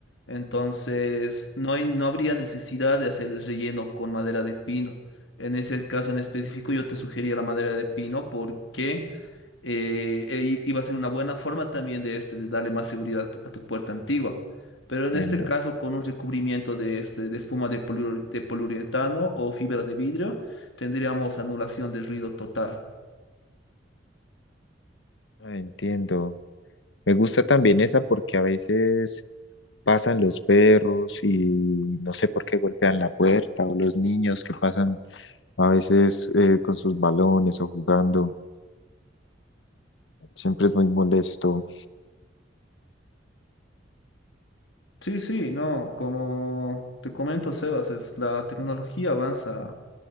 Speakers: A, on the left (about 80°); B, on the left (about 70°).
A: Entonces, no hay- no habría necesidad de hacer el relleno con madera de pino. En ese caso en específico, yo te sugería la madera de pino porque eh, e- i- iba a ser una buena forma también de, este, de darle más seguridad a tu a tu puerta antigua. Pero
B: Entiendo.
A: en este caso, con un recubrimiento de, este, de espuma de, poliur- de poliuretano o fibra de vidrio, tendríamos anulación de ruido total.
B: Ah, Entiendo. Me gusta también esa porque a veces pasan los perros y no sé por qué golpean la puerta o los niños que pasan a veces eh, con sus balones o jugando. Siempre es muy molesto.
A: Sí, sí, no, como te comento, Sebas, es, la tecnología avanza